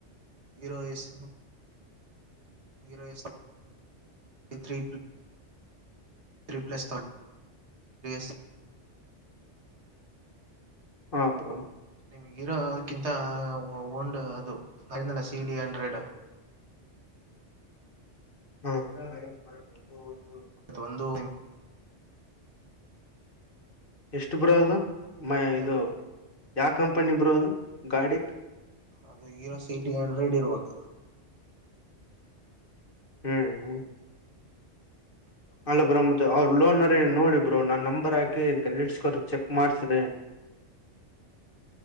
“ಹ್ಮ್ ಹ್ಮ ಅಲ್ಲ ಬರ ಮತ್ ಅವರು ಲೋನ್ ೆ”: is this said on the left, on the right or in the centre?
Left